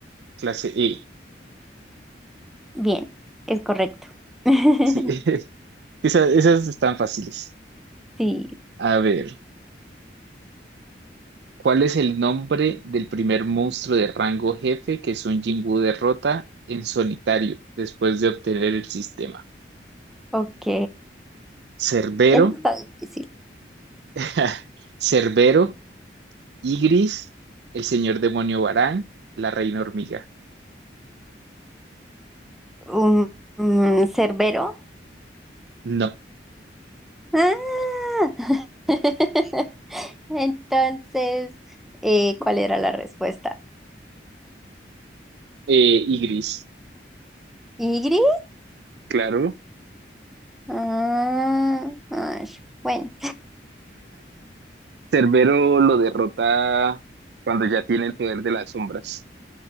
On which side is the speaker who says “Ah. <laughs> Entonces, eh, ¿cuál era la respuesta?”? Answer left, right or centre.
Centre